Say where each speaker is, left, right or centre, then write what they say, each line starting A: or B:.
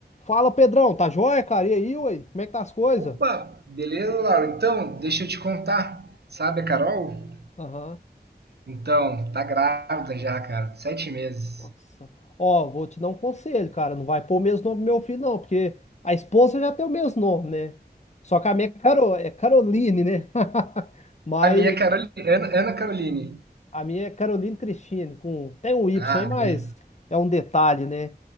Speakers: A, on the left (about 40°); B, on the right (about 70°).
A: Fala, Pedrão, tá joia, cara? E aí, ué? Como é que tá as coisas?
B: Opa, beleza, Laura? Então, deixa eu te contar. Sabe a Carol?
A: Aham.
B: Então, tá grávida já, cara, de sete meses.
A: Nossa. Ó, vou te dar um conselho, cara. Não vai pôr o mesmo nome pro meu filho, não, porque a esposa já tem o mesmo nome, né? Só que a minha é, Caro... é Caroline, né? <laughs> Mas
B: A minha é Caroli- Ana, Ana Caroline.
A: a minha é Caroline Cristine, com... tem um Y
B: Ah,
A: aí, mas
B: be-
A: é um detalhe, né?